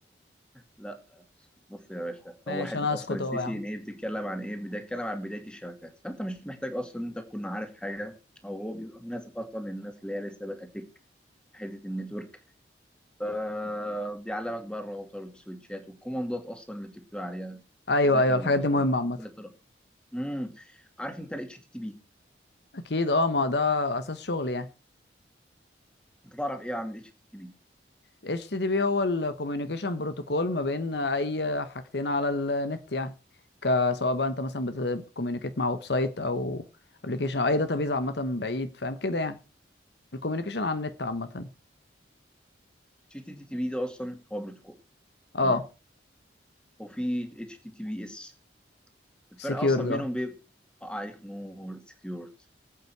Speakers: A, in the centre; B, on the left.
A: لا بص يا باشا
B: ماشي
A: هو حته
B: انا هسكت
A: اصلا السي
B: اهو
A: سي
B: يا عم
A: ان ايه بتتكلم عن ايه بتتكلم عن بدايه الشبكات فانت مش محتاج اصلا انت تكون عارف حاجه او هو بيبقى مناسب اصلا للناس اللي هي لسه بادئه تك حته النتورك فبيعلمك بقى الراوتر والسويتشات والكوماندات اصلا اللي بتكتب عليها
B: ايوه
A: ازاي
B: ايوه
A: تعمل
B: الحاجات
A: باسورد
B: دي مهمه عامه
A: ازاي ترى امم عارف انت الاتش تي تي بي
B: اكيد اه ما ده اساس شغل يعني
A: انت تعرف ايه عن الاتش تي تي بي
B: ال HTTP هو الكوميونيكيشن بروتوكول ما بين اي حاجتين على النت يعني ك- سواء بقى انت مثلا بتكوميونيكيت مع ويب سايت او ابلكيشن او اي داتابيز عامه بعيد فاهم كده يعني الكوميونيكيشن على النت عامه
A: الاتش تي تي بي ده اصلا هو بروتوكول
B: اه
A: تمام وفي اتش تي تي بي اس الفرق
B: سكيور
A: اصلا
B: ده
A: بينهم بيبقى عليك نور سكيورتي